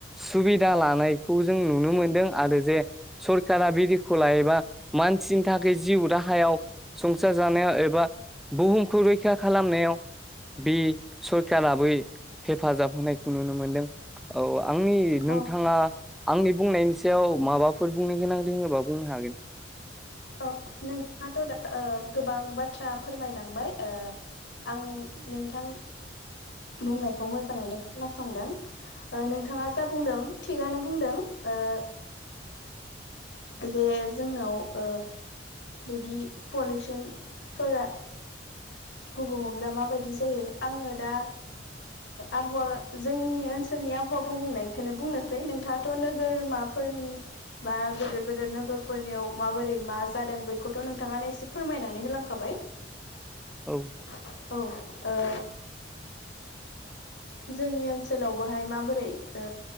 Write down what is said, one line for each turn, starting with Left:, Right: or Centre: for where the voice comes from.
Centre: सुबिदा लानायखौ जों नुनो मोनदों आरो जे सरकारा बिदिखौ लायोबा मानसिनि थाखाय जिउ राहायाव संसार जानायाव एबा बुहुमखौ रैखा खालामनायाव बे सरखाराबो हेफाजाब होनायखौ नुनो मोनदों औ आंनि नोंथाङा
Left: औ
Centre: आंनि बुंनायनि सायाव माबाफोर बुंनो गोनां दोङोबा बुंनो हागोन
Left: अ नोंहाथ' दा गोबां बाथ्रा फोरमायलांबाय ओ आं नोंथां बुंनायखौ मोजाङैनो खोनासंदों नोंथाङा जा बुंदों थिगानो बुंदों ओ जे जोंनाव ओ बिदि पलिउसनफोरा गुबुङावब्ला माबायदि जायो आङो दा आबहावा जोंनि ओनसोलनि आबहावा गुबुंनायखौनो बुंनोसै नोंथाङा थ' नोगोरमाफोरनि बा गिदिर गिदिर नोगोरफोरनियाव माबोरै मा जादों बेखौथ' नोंथाङानो एसे फोरमायनानै होलांखाबाय
Centre: औ
Left: औ ओ जोंनि ओनसोलावबोहाय माबोरै ओ